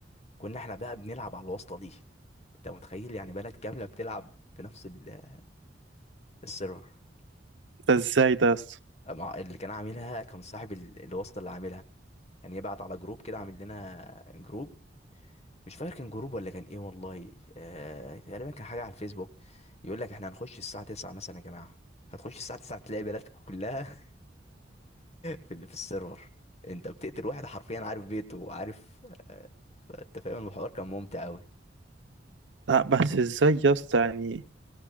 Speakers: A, on the left (about 35°); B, on the right (about 85°).
A: كنا احنا بقى بنلعب على الواسطه دي انت متخيل يعني بلد كامله بتلعب في نفس ال- السيرفر
B: ده إزاي ده يا اسطى؟
A: مع- اللي كان عاملها كان صاحب ال- الواسطه اللي عاملها يعني يبعت على جروب كده عامل لنا جروب مش فاكر كان جروب ولا كان ايه والله آه تقريبا كان حاجه على الفيسبوك يقول لك احنا هنخش الساعه 9 مثلا يا جماعه هتخش الساعه 9 تلاقي بلدك كلها <laughs> في ال- في السيرفر انت بتقتل واحد حرفيا عارف بيته وعارف آه، فانت فاهم الحوار كان ممتع قوي
B: لا بس إزاي يا اسطى يعني